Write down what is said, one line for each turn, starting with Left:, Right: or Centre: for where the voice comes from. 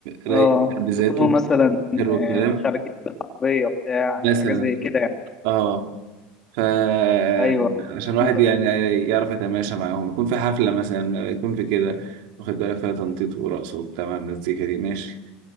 Right: رايق
Left: اه
Right: بذاته
Left: تكونوا مثلا
Right: حلو الكلام
Left: خارجين بالعربية بتاع
Right: مثلا
Left: حاجة زي كده يعني
Right: اه فعشان
Left: ايوه
Right: الواحد
Left: انت
Right: يعني يعرف يتماشى معاهم يكون في حفلة مثلا يكون في كده واخد بالك فيها تنطيط ورقص وبتاع مع المزيكا دي ماشي